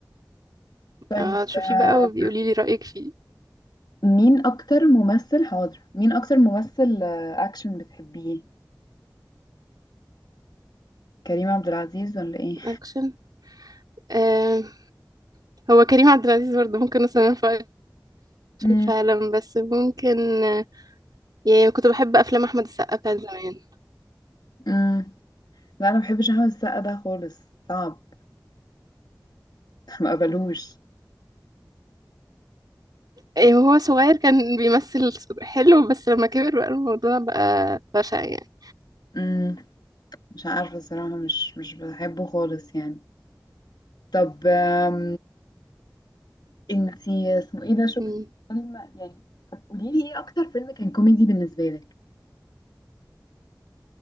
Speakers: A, on the left (about 70°); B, on the right (about 60°).
A: طيب
B: اه شوفيه
A: آه،
B: بقى وبيقولي لي رايك فيه
A: مين اكتر ممثل حاضر مين اكتر ممثل آه، اكشن بتحبيه كريم عبد العزيز ولا ايه
B: اكشن آه هو كريم عبد العزيز برضه ممكن اصنفه
A: مم.
B: اكشن فعلا بس ممكن يعني كنت بحب افلام احمد السقا بتاعت زمان
A: مم. لا انا ما بحبش احمد السقا ده خالص صعب <laughs> ما قبلوش
B: إيه هو صغير كان بيمثل حلو بس لما كبر بقى الموضوع بقى بشع يعني
A: امم مش عارفة الصراحة مش مش بحبه خالص يعني طب آم، انتي اسمه ايه ده شفت
B: مم.
A: فيلم يعني طب قوليلي ايه اكتر فيلم كان كوميدي بالنسبة لك